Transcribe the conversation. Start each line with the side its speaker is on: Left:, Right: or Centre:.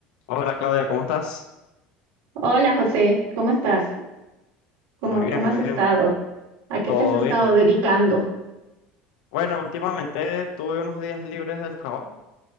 Left: Hola Claudia, ¿cómo estás?
Right: Hola José, ¿cómo estás? ¿Cómo,
Left: Muy bien,
Right: cómo has
Left: muy bien,
Right: estado? ¿A qué
Left: todo
Right: te has estado
Left: bien.
Right: dedicando?
Left: Bueno, últimamente tuve unos días libres del trabajo